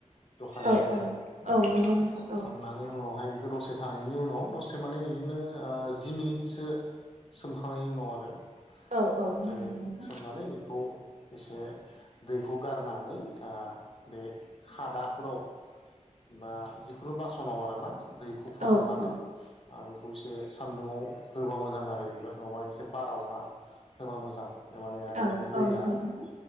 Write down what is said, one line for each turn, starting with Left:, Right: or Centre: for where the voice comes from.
Left: जखानि
Right: औ
Left: थाखाय
Right: औ
Left: औ
Right: नंगौ नोंथां औ
Left: संनानै उनावहाय बे दसे थांनि उनाव दसे माने इदिनो ओ जि मिनिटसो सोमखांनायनि उनाव आरो ओमफ्राय
Right: औ औ नंगौ नोंथां
Left: सोमनानै बेखौ एसे दैखौ गारनानै ओ बे खादाफोराव बा जिखुनु बासनाव आरोना दैखौ फोराननानै
Right: औ औ
Left: बेखौ एसे सानदुङाव होबा मोजां आरो। जाहैबाय नङाबा एसे बारावहा होबा मोजां
Right: औ
Left: बिनि दैया
Right: औ नंगौ नोंथां